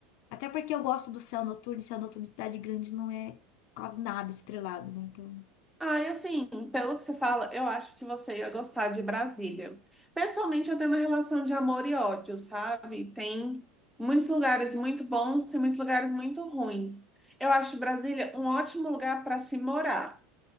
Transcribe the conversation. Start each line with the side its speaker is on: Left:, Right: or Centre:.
Left: Até porque eu gosto do céu noturno, e céu noturno em cidade grande não é quase nada estrelado, né? Então,
Centre: Ah, e assim, pelo que você fala, eu acho que você ia gostar de Brasília. Pessoalmente, eu tenho uma relação de amor e ódio, sabe? Tem muitos lugares muito bons, tem muitos lugares muito ruins. Eu acho Brasília um ótimo lugar para se morar,